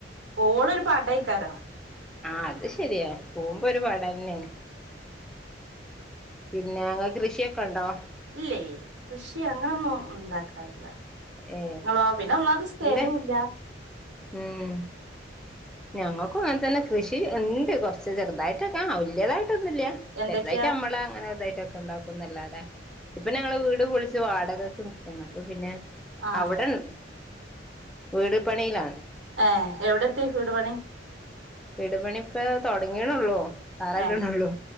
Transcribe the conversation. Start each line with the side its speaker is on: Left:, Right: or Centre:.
Right: പോഓളം ഒരു പടയ്ക്കാരം
Centre: ആഹ് അത് ശരിയാ പോവുമ്പോ ഒരു പട ന്നെണ് പിന്നെ ങ്ങക്ക് കൃഷിയൊക്കെ ഇണ്ടോ
Right: ഇല്ലേ കൃഷി അങ്ങനെഒന്നും ഉണ്ടാക്കാറില്ല
Centre: ഏ
Right: ഞളോ പിന്നെ ഒന്നാമത് സ്ഥലോല്ല
Centre: ഇല്ലേ ഉം ഞങ്ങക്കും അങ്ങൻതന്നെ കൃഷി ഇണ്ട് കൊർച്ച് ചെറുതായിട്ടൊക്കെ ആ വല്ല്യതായിട്ടൊന്നുല്ല്യ
Right: എന്തൊക്കെയാ
Centre: ചെർതായിട്ട് നമ്മള അങ്ങനെതായിട്ടെക്ക ക്കു ഇണ്ടാക്കുന്നല്ലാതെ ഇപ്പ ഞങ്ങളെവീട് പൊളിച്ച് വാടകക്ക് നിക്കാണ് അപ്പൊ പിന്നെ
Right: ആഹ്
Centre: അവ്ടൺ വീട്പ്പണീലാണ്
Right: ഏഹ് എവിടെത്തി വീട് പണി
Centre: വീട്പണി ഇപ്പ തുടങ്ങീടൊള്ളൂ തറേട്‌ണെള്ളൂ
Right: ഏ